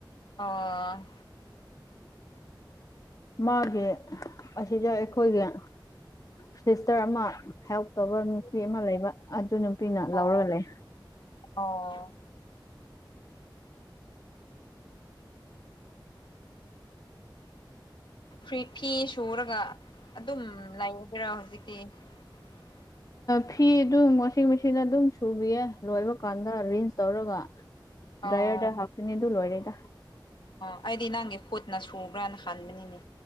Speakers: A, on the left (about 70°); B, on the left (about 45°).
A: ꯑꯣ
B: ꯃꯥꯒꯤ ꯑꯁꯤꯗ ꯑꯩꯈꯣꯏꯒ ꯁꯤꯁꯇꯔ ꯑꯃ ꯍꯦꯜꯞ ꯇꯧꯕ ꯅꯨꯄꯤ ꯑꯃ ꯂꯩꯕ ꯑꯗꯨ ꯅꯨꯄꯤꯅ
A: ꯑꯣ
B: ꯂꯧꯔ ꯂꯩ
A: ꯑꯣ ꯐꯤꯐꯇꯤ ꯁꯨꯔꯒ ꯑꯗꯨꯝ ꯂꯩꯔꯗꯔꯥ ꯍꯧꯖꯤꯛꯇꯤ ꯎ
B: ꯐꯤ ꯑꯗꯨꯝ ꯋꯥꯁꯤꯡ ꯃꯦꯆꯤꯟ ꯑꯗꯨꯝ ꯁꯨꯕꯤꯌꯦ ꯂꯣꯏꯕ ꯀꯥꯟꯗ ꯔꯦꯟꯖ ꯇꯧꯔꯒ
A: ꯑꯣ
B: ꯗ꯭ꯔꯥꯏꯌꯔꯗ ꯍꯥꯞꯀꯅꯤ ꯑꯗꯨ ꯂꯣꯏꯔꯦꯗ
A: ꯑꯣ ꯑꯩꯗꯤ ꯅꯪꯒꯤ ꯈꯨꯣꯠꯅ ꯁꯨꯕ꯭ꯔꯅ ꯍꯟꯥꯟꯕꯅꯤꯅꯦ